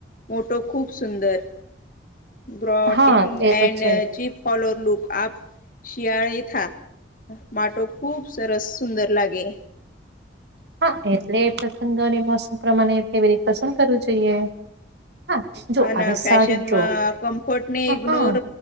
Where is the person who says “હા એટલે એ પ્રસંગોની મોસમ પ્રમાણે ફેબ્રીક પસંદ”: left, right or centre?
Right